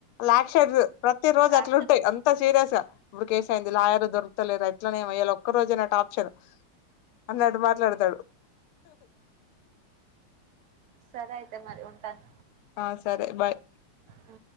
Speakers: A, on the left; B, on the right.
A: లెక్షరు ప్రతి రోజు అట్లుంటాయి
B: ఆ
A: అంతా సీరియస్ ఇప్పుడు కేస్ అయింది లాయర్ దొ లేదు ఎట్లనేమో ఇవాళ ఒక్క రోజేనా టార్చర్ అన్నట్టు మాట్లాడతాడు
B: సరే అయితే మరి ఉంటాను
A: ఆ సరే బాయ్
B: ఉ